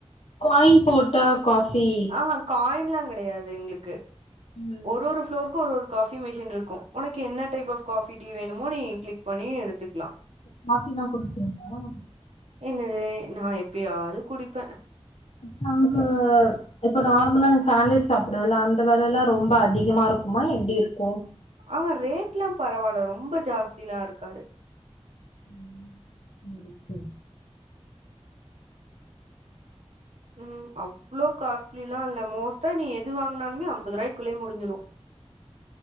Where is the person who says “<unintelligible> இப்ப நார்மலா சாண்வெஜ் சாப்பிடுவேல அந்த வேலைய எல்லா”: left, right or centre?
Left